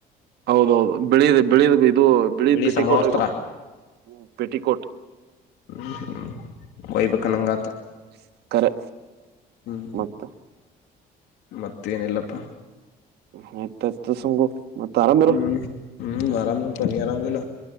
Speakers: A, on the right; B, on the left.
A: ಹೌದೌದು ಬೆಳಿದೆ ಬೆಳಿ ಇದು ಬೆಳಿ
B: ಬಿಳಿ
A: ಪೆಟಿಕೋಟ್
B: ಸಮವಸ್ತ್ರ
A: ಇಗ್ಬೇಕು ಪೆಟಿಕೋಟ್
B: ಹ್ಮ್ ಹ್ಮ್ ವೈಬೇಕನಂಗತ
A: ಹ್ಮ್ ಹ್ಮ್ ಹ್ಮ್ ಕರೆ
B: ಹ್ಮ್
A: ಮತ್ತ
B: ಮತ್ತೇನಿಲ್ಲಪ್ಪಾ
A: <unintelligible> <unintelligible> ಹಾತ್ತ ಸಂಗು ಮತ್ತ ಆರಾಮಿರು
B: ಹ್ಮ್ ಹ್ಮ್ ಆರಾಮ್ದ ಪ ನಿ ಆರಾಮ್ದಿಲ್ಲ